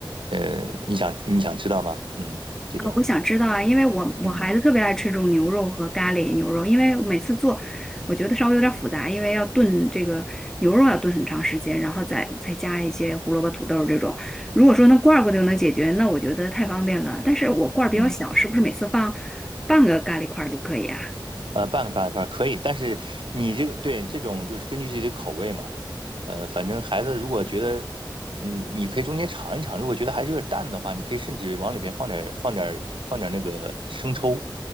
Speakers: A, on the right; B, in the centre.
A: 呃，你想你想知道吗？嗯，这种，
B: 啊，我想知道啊，因为我我孩子特别爱吃这种牛肉和咖喱牛肉，
A: 嗯
B: 因为每次做，我觉得稍微有点复杂，因为要炖这个牛肉要炖很长时间，然后再再加一些胡萝卜、土豆这种。如果说那罐儿罐就能解决，那我觉得太方便了。但是我罐儿比较小，
A: 嗯。
B: 是不是每次放半个咖喱块儿就可以啊？
A: 呃，半个大块儿可以，但是你这个对这种就是根据自己的口味嘛，呃，反正孩子如果觉得，嗯，你可以中间尝一尝，如果觉得还是有点淡的话，你可以甚至往里边放点儿放点儿放点儿那个生抽，